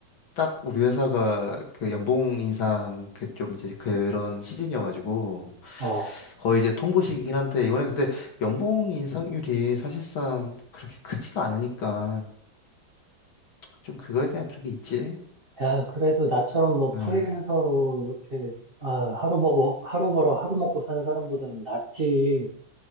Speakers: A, on the left; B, on the right.
A: 딱 우리 회사가 그 연봉 인상 그 좀 이제 그런 시즌이어가지고
B: 어.
A: 거의 이제 통보식이긴 한데 이번에 근데 연봉 인상률이 사실상 그렇게 크지가 않으니까 좀 그거에 대한 그런 게 있지.
B: 야, 그래도 나처럼 뭐
A: 응.
B: 프리랜서로 이렇게, 아, 하루 벌고, 하루 벌어 하루 먹고 사는 사람보다는 낫지.